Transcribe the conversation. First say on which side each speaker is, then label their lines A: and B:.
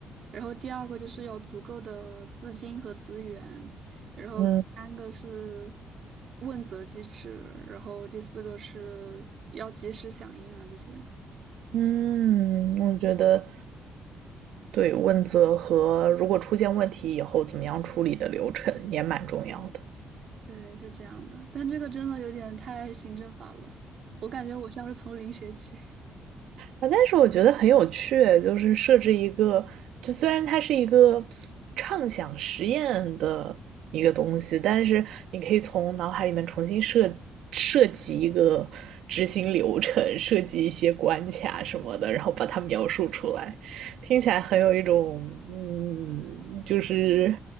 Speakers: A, on the right (about 60°); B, on the right (about 80°).
A: 然后第二个就是要足够的资金和资源；然后第三个是
B: 嗯
A: 问责机制；然后第四个是要及时响应啊，这些。
B: 嗯，我觉得对问责和如果出现问题以后怎么样处理的流程也蛮重要的。
A: 对，是这样的，但这个真的有点太行政法了，我感觉我像是从零学起。
B: 啊，但是我觉得很有趣，就是设置一个，就虽然它是一个畅想实验的一个东西，但是你可以从脑海里面重新设设计一个执行流程，设计一些关卡什么的，然后把它描述出来，听起来很有一种嗯，就是